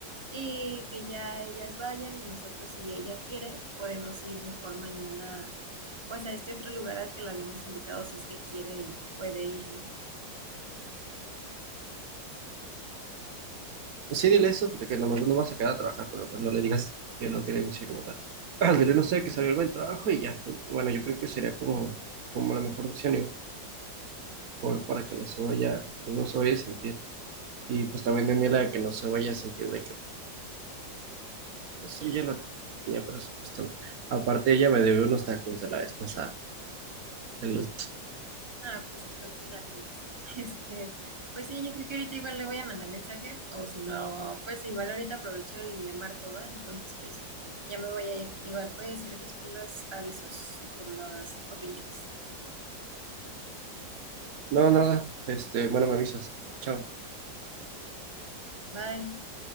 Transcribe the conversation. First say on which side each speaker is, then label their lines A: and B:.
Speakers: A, on the right; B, on the right.
A: y que ya ellas vayan y nosotros, si ella quiere, podemos ir mejor mañana, pues a este otro lugar al que la habíamos invitado, si es que quiere y puede ir, ¿no?
B: Pues Sí, dile eso, de que nomás no vas a quedar a trabajar, pero pues no le digas que no queremos ir como tal. Ah, Dile, no sé, que salió algo del trabajo y ya. Bueno, yo creo que sería como, como la mejor opción igual para que no se vaya, pues no se vaya a sentir. Y pues también Daniela, de que no se vaya a sentir de que, pues sí, ya lo tenía presupuestado. Aparte, ella me debe unos tacos de la vez pasada. de los-
A: Ah, pues entonces ya con eso. <laughs> Este, pues sí, yo creo que ahorita igual le voy a mandar mensaje, o si no, pues igual ahorita aprovecho y le marco, ¿va? Entonces, pues ya me voy a ir. Igual, pues gracias por los avisos y por las opiniones.
B: No, nada, este, bueno, me avisas. Chao.
A: Bye.